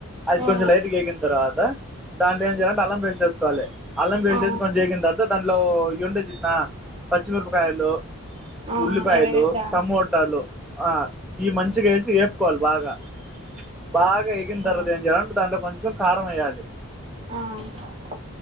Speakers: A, in the centre; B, on the right.
A: అయితే
B: ఆ
A: కొంచెం లైట్గా వేగిన తర్వాత దాంట్లో ఏం చేయాలంటే అల్లం పేస్ట్ వేసుకోవాలి అల్లం వేసేసి
B: ఆ
A: కొంచెం వేగిన తర్వాత దానిలో ఇవి ఉంటే చూసినవా పచ్చిమిరపకాయలు
B: ఆ
A: ఉల్లిపాయలు
B: ఎర్రగడ్డ ఆ
A: టమోట లు ఈ మంచిగా వేసి ఏప్పుకోవాలి బాగా బాగా ఎగిన తరుత
B: ఆ
A: ఏం చేయాలంటే దాంలో కొంచెం కారం వేయ్యాలి
B: ఆ